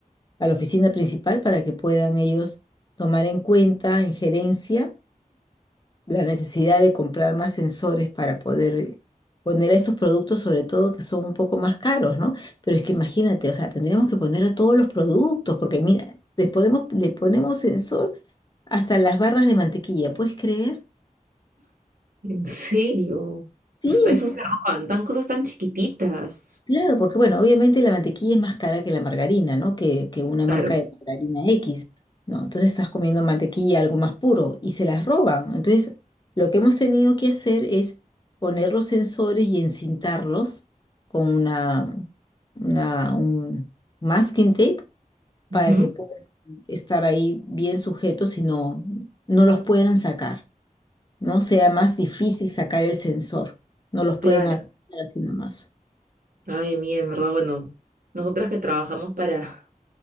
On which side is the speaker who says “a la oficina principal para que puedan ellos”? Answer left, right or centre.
Left